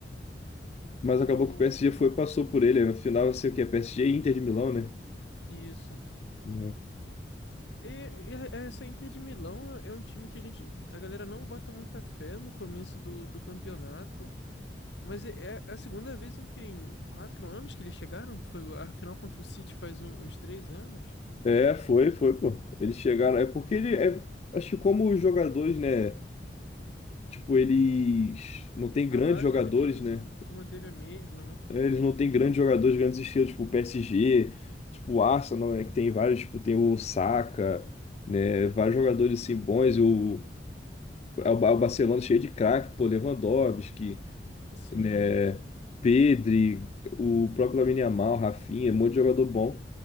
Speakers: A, on the left; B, on the left.
A: mas
B: O.
A: acabou que o PSG foi e passou por ele. Na final vai ser o quê? PSG e Inter de Milão, né?
B: Isso.
A: Né?
B: E, e a- essa Inter de Milão é é um time que a gente, a galera não bota muita fé no começo do, do campeonato, mas é, é a segunda vez em que em quatro anos que eles chegaram, foi a final contra o City faz um- uns três anos,
A: É, foi, foi, pô. Eles chegaram. É porque ele é. Acho que como os jogadores, né? Tipo, eles não têm
B: a
A: grandes
B: base
A: jogadores,
B: do time
A: né?
B: se, se manteve a mesma, né?
A: Eles não têm grandes jogadores, grandes estrelas, tipo o PSG, tipo o Arsenal, né? Que tem vários, tipo, tem o Saka, né? Vários jogadores assim bons, o, é o Barcelona cheio de craque, pô, Lewandowski.
B: Sim,
A: né? Pedri, o próprio Lamine Yamal, Rafinha, um monte de jogador bom.